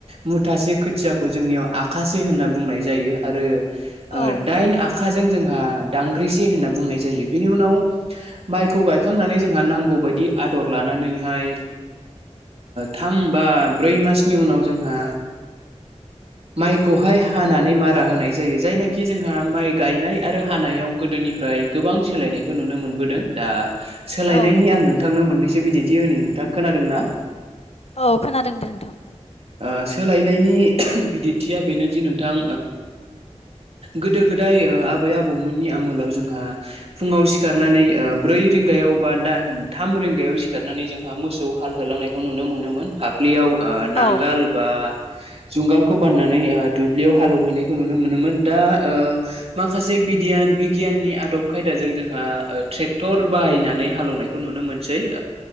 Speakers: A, on the right; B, on the left.
A: मुथासे खोथियाखौ जोंनियाव आखासे होनना बुंनाय जायो आरो
B: औ
A: दाइन
B: नंगौ
A: आखाजों जोंहा दांग्रिसे होनना बुंनाय जायो बेनि उनाव माइखौ गायखांनानै जोंहा नांगौबायायदि आदर लानानैहाय थाम बा ब्रै मासनि उनाव जोंहा माइखौहाय हानानै मारा होनाय जायो जायनाखि जोंहा माइ गायनाय आरो हानायाव गोदोनिफ्राय गोबां सोलायनायखौ नुनो मोनबोदों दा सोलायनायनि
B: औ नंगौ
A: आं नोंथांनो मोननैस एसे बिदिन्थि होनो नोंथां खोनादों ना
B: औ खोनादों दे नोंथां
A: ओ सोलायनायनि बिदिन्थिया बेनोदि नोंथां गोदो गोदाय आबै आबौमोननि आमोलाव जोंहा फुङाव सिखारनानै ब्रै ब्रै रिंगायाव बा द थाम रिंगायाव सिखारनानै जोंहा मोसौ हाल होलांनायखौ नुनो मोनोमोन फाफ्लियाव
B: औ
A: नांगाल बा जुंगालखौ बान्नानै दुब्लियाव हालेवहैनायखौ नुनो मोनोमोन दा माखासे बिगियाननि आदब खायदाजों जोंहा ट्रेक्टर बाहायनानै हालेवनायखौ नुनो मोनसै